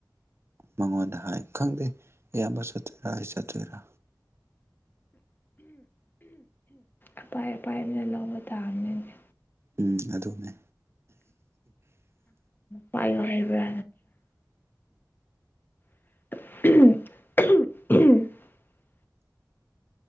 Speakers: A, on the right (about 35°); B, on the left (about 30°).
A: ꯃꯉꯣꯟꯗ ꯍꯥꯏ ꯈꯪꯗꯦ ꯏꯌꯥꯝꯕ ꯆꯠꯇꯣꯏꯔꯥ ꯑꯩ ꯆꯠꯇꯣꯏꯔꯥ
B: ꯑꯄꯥꯏ ꯑꯄꯥꯏ ꯑꯃꯅ ꯂꯧꯕ ꯇꯥꯕꯅꯤꯅꯦ
A: ꯎꯝ ꯑꯗꯨꯅꯦ
B: ꯄ ꯍꯥꯏꯕ <inaudible>